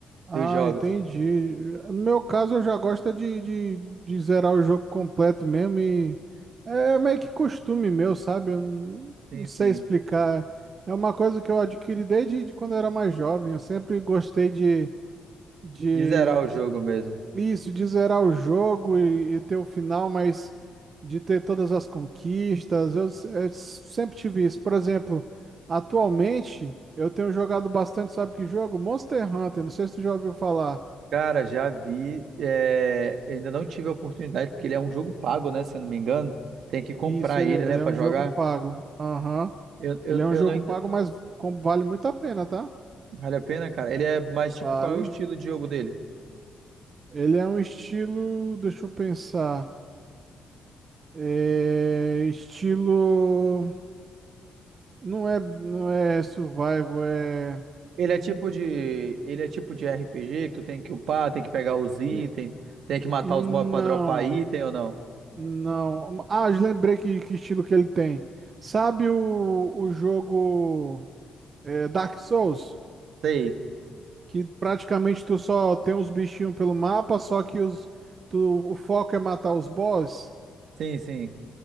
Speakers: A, on the right; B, on the right.
A: Ah,
B: Dos jogos.
A: entendi. No meu caso, eu já gosto é de, de, de zerar o jogo completo mesmo e é meio que costume meu, sabe? Eu não,
B: Sim,
A: não sei
B: sim.
A: explicar. É uma coisa que eu adquiri desde de quando eu era mais jovem. Eu sempre gostei de, de,
B: De zerar
A: de-
B: o jogo mesmo.
A: isso, de zerar o jogo e, e ter o final, mas de ter todas as conquistas. Eu, s- eu sempre tive isso. Por exemplo, atualmente eu tenho jogado bastante, sabe que jogo? Monster Hunter, não sei se tu já ouviu falar.
B: Cara, já vi. é, ainda não tive a oportunidade, porque ele é um jogo pago, né? Se eu não me engano. Tem que comprar
A: Isso, ele,
B: ele,
A: ele
B: né, pra
A: é um
B: jogar.
A: jogo pago. Aham.
B: Eu, eu,
A: Ele é
B: eu
A: um jogo
B: não ainda.
A: pago, mas com- vale muito a pena, tá?
B: Vale a pena, cara? Ele é mais tipo,
A: Vale.
B: qual é o estilo de jogo dele?
A: Ele é um estilo. Deixa eu pensar. É estilo. Não é, não é survival, é.
B: Ele é tipo de, ele é tipo de RPG que tu tem que upar, tem que pegar os itens,
A: e-
B: tem que matar
A: Não,
B: os mobs pra dropar item ou não?
A: não. Ah, eu lembrei que, que estilo que ele tem. Sabe o, o jogo é, Dark Souls?
B: Sei.
A: Que praticamente tu só tem uns bichinhos pelo mapa, só que os, tu, o foco é matar os boss.
B: Sim, sim.